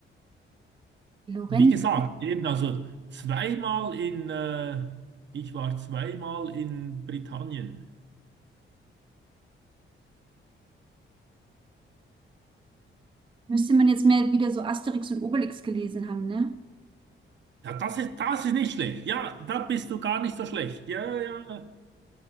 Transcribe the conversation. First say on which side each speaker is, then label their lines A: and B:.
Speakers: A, on the right; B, on the right.
A: Lorenz,
B: Und Wie gesagt, eben also zweimal in, äh, ich war zweimal in Britannien.
A: müsste man jetzt mehr wieder so Asterix und Obelix gelesen haben, ne?
B: Ja, das ist, das ist nicht schlecht. Ja, da bist du gar nicht so schlecht. Ja, ja, ja,